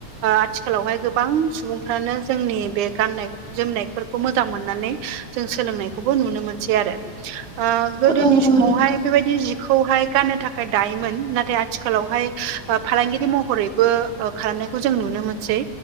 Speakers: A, on the right; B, in the centre.
A: आथि खालावहाय गोबां सुबुंफ्रानो जोंनि बे गाननाय जोमनायफोरखौ मोजां मोननानै जों सोलोंनायखौबो नुनो मोनसै आरो। ओ गोदोनि
B: औ औ
A: समावहाय
B: नंगौ
A: बेबायदि जि खौहाय गाननो थाखाय दायोमोन नाथाय आथिखालावहाय ओ फालांगिरि महरैबो ओ खालामनायखौ जों नुनो मोनसै